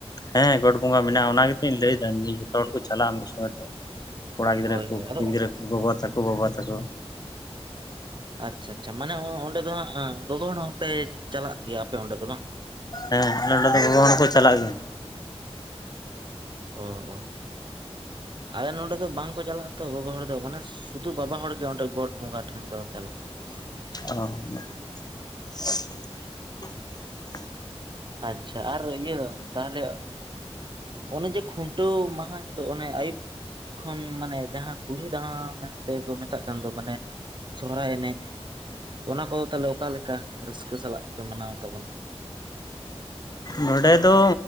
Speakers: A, on the left; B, on the right.
A: ᱦᱮᱸ ᱜᱚᱴ ᱵᱚᱸᱜᱟ ᱢᱮᱱᱟᱜᱼᱟ ᱚᱱᱟ ᱜᱮ ᱛᱚᱧ ᱞᱟᱹᱭ ᱫᱟ ᱡᱚᱛᱚ ᱦᱚᱲ ᱠᱚ ᱪᱟᱞᱟᱜᱼᱟ ᱢᱤᱫ ᱥᱚᱸᱜᱮ ᱛᱮ ᱠᱚᱲᱟ ᱜᱤᱫᱽᱨᱟᱹ
B: ᱦᱳᱭ
A: ᱠᱚ
B: ᱦᱳᱭ
A: ᱠᱩᱲᱤ
B: ᱟᱫᱚ
A: ᱜᱤᱫᱽᱨᱟᱹ ᱠᱚ ᱜᱚᱜᱚ ᱛᱟᱠᱚ ᱵᱟᱵᱟ ᱛᱟᱠᱚ
B: ᱟᱪᱪᱷᱟ ᱟᱪᱪᱷᱟ ᱢᱟᱱᱮ ᱚᱸᱰᱮ ᱫᱚ ᱦᱟᱸᱜ ᱜᱚᱜᱚ ᱦᱚᱲ ᱦᱚᱸᱯᱮ ᱪᱟᱞᱟᱜ ᱜᱮᱭᱟ ᱟᱯᱮ ᱚᱸᱰᱮ ᱫᱚ ᱵᱟᱝ
A: ᱦᱮᱸ ᱟᱞᱮ ᱱᱚᱰᱮ <unintelligible> ᱫᱚ ᱜᱚᱜᱚ ᱦᱚᱲ ᱦᱚᱸᱠᱚ ᱪᱟᱞᱟᱜ ᱜᱮᱭᱟ
B: ᱚ ᱚ ᱟᱞᱮ ᱱᱚᱰᱮ ᱫᱚ ᱵᱟᱝᱠᱚ ᱪᱟᱞᱟᱜᱼᱟ ᱛᱚ ᱜᱚᱜᱚ ᱦᱚᱲ ᱫᱚ ᱢᱟᱱᱮ ᱥᱩᱫᱩ ᱵᱟᱵᱟ ᱦᱚᱲ ᱜᱮ ᱚᱸᱰᱮ ᱜᱚᱴ ᱵᱚᱸᱜᱟ ᱴᱷᱮᱱ ᱫᱚ ᱪᱟᱞᱟᱜ ᱦᱳᱭᱳᱜᱼᱟ
A: <unintelligible>
B: ᱟᱪᱪᱷᱟ ᱟᱨ ᱤᱭᱟᱹ ᱛᱟᱦᱞᱮ ᱚᱱᱮ ᱡᱮ ᱠᱷᱩᱱᱴᱟᱹᱣ ᱢᱟᱦᱟ ᱦᱤᱞᱳᱜ ᱚᱱᱮ ᱟᱹᱭᱩᱵ ᱠᱷᱚᱱ ᱢᱟᱱᱮ ᱡᱟᱸᱦᱟ ᱠᱩᱞᱦᱤ ᱫᱟᱲᱟ ᱢᱮᱱᱛᱮ ᱠᱚ ᱢᱮᱛᱟᱜ ᱠᱟᱱ ᱫᱚ ᱢᱟᱱᱮ ᱥᱚᱦᱚᱨᱟᱭ ᱮᱱᱮᱡ ᱚᱱᱟ ᱫᱚ ᱛᱟᱦᱞᱮ ᱚᱠᱟ ᱞᱮᱠᱟ ᱨᱟᱹᱥᱠᱟᱹ ᱥᱟᱞᱟᱜ ᱯᱮ ᱢᱟᱱᱟᱣ ᱛᱟᱵᱚᱱᱟ <inaudible>
A: ᱱᱚᱸᱰᱮ ᱫᱚ